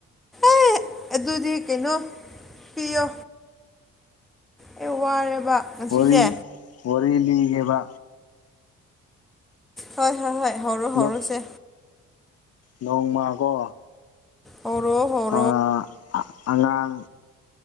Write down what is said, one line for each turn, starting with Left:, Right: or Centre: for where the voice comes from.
Centre: ꯑꯦ ꯑꯗꯨꯗꯤ ꯀꯩꯅꯣ ꯄꯤꯌꯣ ꯑꯩ ꯋꯥꯔꯦꯕ ꯉꯁꯤꯁꯦ
Left: ꯋꯔꯤ ꯋꯥꯔꯤ ꯂꯤꯒꯦꯕ
Centre: ꯍꯣꯏ ꯍꯣꯏ ꯍꯣꯏ ꯍꯧꯔꯣ ꯍꯧꯔꯣꯁꯦ
Left: ꯅꯣꯛ ꯅꯣꯡꯃꯒꯣ
Centre: ꯍꯧꯔꯣ ꯍꯣꯠ
Left: ꯑꯥ ꯑꯉꯥꯡ